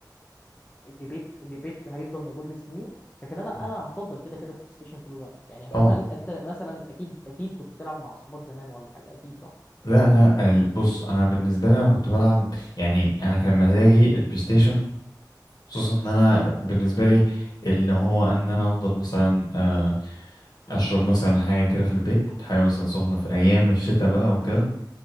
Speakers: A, on the left; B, on the left.
A: الديبيت الديبيت هيفضل موجود لسنين لكن انا انا
B: مم.
A: هفضل كده كده بلاي ستيشن طول الوقت يعني
B: طبعا
A: حتى انت أنت مثلا اكيد اكيد كنت بتلعب مع اصحابك زمان ولا حاجه اكيد صح؟
B: لا لا ال- بص انا بالنسبه لي انا كنت بلعب يعني انا كان مزاجي البلاي ستيشن خصوصا ان انا بالنسبه لي ان هو ان انا افضل مثلا آه، اشرب مثلا حاجه كده في البيت حاجه مثلا سخنه في ايام الشتاء بقى وكده